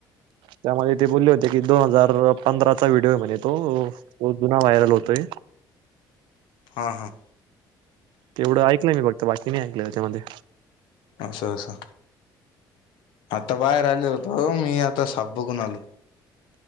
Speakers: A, on the right (about 85°); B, on the left (about 85°).
A: त्यामध्ये ते बोलले होते की दोन हजार पंधराचा व्हिडिओ आहे म्हणे तो तो जुना व्हायरल होतोय
B: हां हां.
A: तेवढं ऐकलंय मी फक्त बाकी नाही ऐकलं त्याच्यामध्ये
B: असं असं आता बाहेर आलो होतो मी आता साप बघून आलो